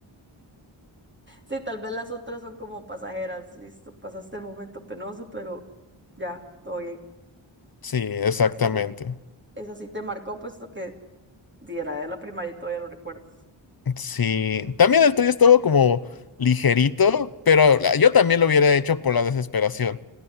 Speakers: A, on the right; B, on the left.
A: Sí, tal vez las otras son como pasajeras, listo, pasaste el momento penoso, pero ya, todo bien.
B: Sí, exactamente.
A: Esa sí, esa sí te marcó, pues lo que diera de la primaria y todavía lo recuerdo.
B: Sí, también el tuyo estuvo como ligerito, pero la- yo también lo hubiera hecho por la desesperación.